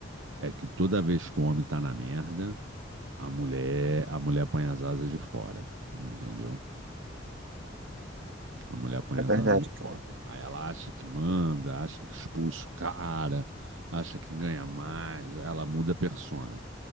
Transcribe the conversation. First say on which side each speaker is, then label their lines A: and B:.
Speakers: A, on the right (about 85°); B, on the right (about 70°).
A: é que toda vez que o homem tá na merda, a mulher, a mulher põe as asas de fora, entendeu? A mulher põe
B: É
A: as
B: verdade,
A: asas de
B: cara.
A: fora. Aí ela acha que manda, acha que expulsa o cara, acha que ganha mais, aí ela muda a persona.